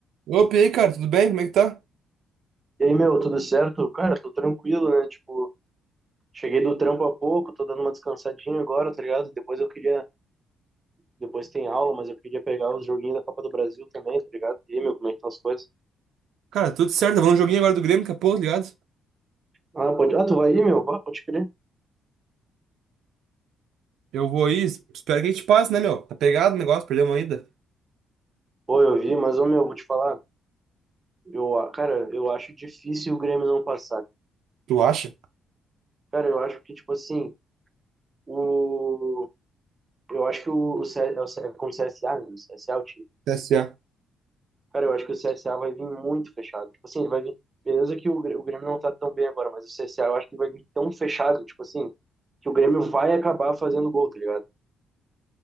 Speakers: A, on the right (about 80°); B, on the right (about 30°).
A: Opa, e aí, cara, tudo bem? Como é que tá?
B: E aí, meu, tudo certo? Cara, tô tranquilo, né? Tipo, cheguei do trampo há pouco, tô dando uma descansadinha agora, tá ligado? Depois eu queria, depois tem aula, mas eu queria pegar os joguinhos da Copa do Brasil também, tá ligado? E aí, meu, como é que estão as coisas?
A: Cara, tudo certo. Vamos no joguinho agora do Grêmio, daqui a pouco, tá ligado?
B: Ah, pode, ah, tu vai aí, meu? Ah, pode crer.
A: Eu vou aí, espero que a gente passe, né, meu? Tá pegado o negócio, perdemos ainda.
B: Pô, eu vi, mas, ô, meu, vou te falar, eu, a- cara, eu acho difícil o Grêmio não passar.
A: Tu acha?
B: Cara, eu acho que, tipo assim, o, eu acho que o, o, C- é o C- é como CSA, né? O CSA,
A: CSA.
B: Cara, eu acho que o C S A vai vir muito fechado. Tipo assim, ele vai vir. Beleza que o, Grê- o Grêmio não tá tão bem agora, mas o C CSA eu acho que vai vir tão fechado, tipo assim, que o Grêmio vai acabar fazendo gol, tá ligado?